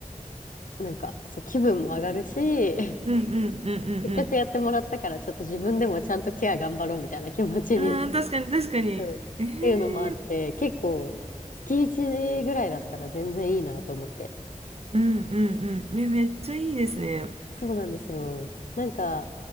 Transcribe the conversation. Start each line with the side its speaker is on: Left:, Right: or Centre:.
Left: なんかそう気分も上がるし、
Right: うん、うん、うん、
Left: せっかくやってもらったから、
Right: うん、
Left: ちょっと自分でもちゃんとケア頑張ろうみたいな気持ちにな
Right: うん。ああ、確かに、確かに。
Left: るっていうのもあって、
Right: ええめっちゃいい。
Left: 結構、月1ぐらいだったら全然いいなと思って。
Right: うん、うん、うん。め、めっちゃいいですね。
Left: そうなんですよ。なんか、